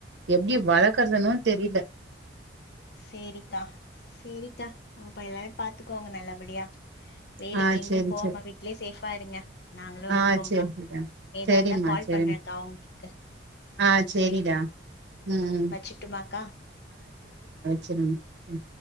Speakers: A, on the right; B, on the left.
A: எப்டி வளர்க்குறதுன்னு தெரியல
B: சேரிக்கா சேரிக்கா அப்ப எல்லாரயோ பாத்துக்கோங்க நல்லபடியா வேயிலுக்கு
A: ஆ
B: எங்கேயோ
A: சேரி
B: போவாம
A: சேரி
B: வீட்லயே சேஃபா இருங்க நாங்களோ
A: ஆ
B: இருக்கோக்கா
A: சேரிடா
B: எதா
A: சேரிம்மா
B: இருந்தா கால்
A: சேரிம்மா
B: பண்றேக்கா உங்களுக்கு
A: ஆ சேரிடா
B: சேரிக்கா
A: ம் ம்
B: வெச்சுட்டுமாக்கா
A: செரிங்க ம்